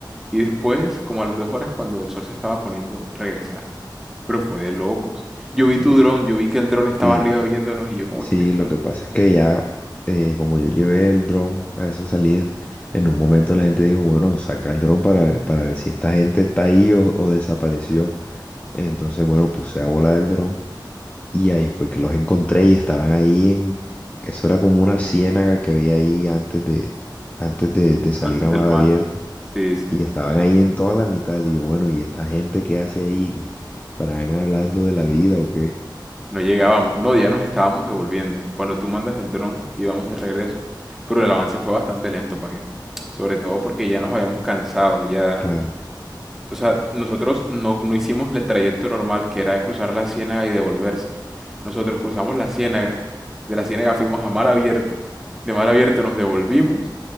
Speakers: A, in the centre; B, on the left.
A: Y después, como a las dos horas, cuando el sol se estaba poniendo, regresaron. Pero fue de locos. Yo vi
B: Eh,
A: tu dron, yo vi que el dron estaba
B: Sí,
A: arriba viéndonos y yo como
B: sí,
A: que
B: lo que pasa es que ya, eh, como yo llevé el dron a esa salida, en un momento la gente dijo, bueno, saca el dron para, ver- para ver si esta gente está ahí o, o desapareció. Entonces, bueno, puse a volar el dron y ahí fue que los encontré y estaban ahí en, eso era como una ciénaga que había ahí antes de, antes de, de salir
A: antes
B: a
A: del
B: mar
A: mar.
B: abierto
A: Sí, sí.
B: y estaban ahí en toda la mitad. Y yo, bueno, ¿y esta gente qué hace ahí? ¿Estarán hablando de la vida o qué?
A: No llegábamos.
B: Y no
A: No, ya nos estábamos devolviendo. Cuando tú mandas el dron, íbamos de regreso. Pero el avance fue bastante lento, ¿para qué? Sobre todo porque ya nos habíamos cansado, ya
B: Claro.
A: O sea, nosotros no, no hicimos el trayecto normal que era cruzar la ciénaga y devolverse. Nosotros cruzamos la ciénaga, de la ciénaga fuimos a mar abierto, de mar abierto nos devolvimos